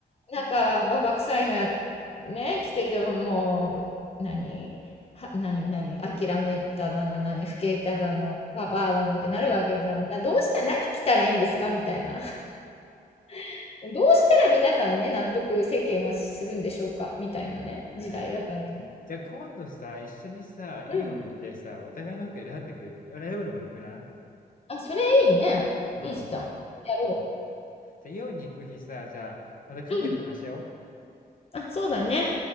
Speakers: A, on the left; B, on the left.
A: なんかババ臭いのや、ね、着てるともう、何は、何、何、諦めただの、何、老けただの、ババアだのってなるわけじゃん。
B: うん。
A: な、どうした、何着たらいいんですかみたいな。<laughs> どうしたら皆さんね、納得世間はするんでしょうかみたいなね、
B: えー
A: 時代だから今。
B: じゃあ今度さ、一緒にさ、イオン行ってさ、
A: うん。
B: お互いの服選んでくれ、選ぶのもよくない
A: あ、それいいね。
B: うん。
A: いいじゃん。やろ
B: うん。じゃあイオンに行く日さ、じゃあ、またカフェで話し合おう。
A: う。うん。あ、そうだね。